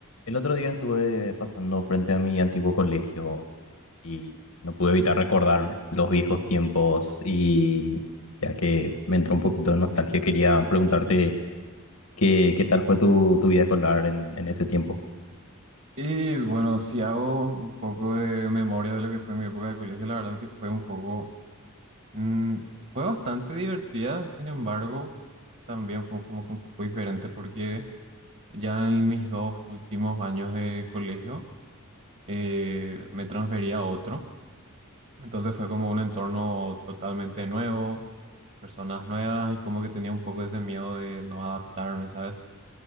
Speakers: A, on the left (about 75°); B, on the right (about 45°).
A: El otro día estuve pasando frente a mi antiguo colegio y no pude evitar recordar los viejos tiempos y ya que me entró un poquito de nostalgia, quería preguntarte qué, qué tal fue tu, tu vida escolar en, en ese tiempo.
B: Y bueno, si hago un poco de memoria de lo que fue mi época de colegio, la verdad que fue un poco, mm, fue bastante divertida, sin embargo, también fue como que un poco diferente porque ya en mis dos últimos años de colegio eh, me transferí a otro, entonces fue como un entorno totalmente nuevo, personas nuevas y como que tenía un poco ese miedo de no adaptarme, ¿sabes?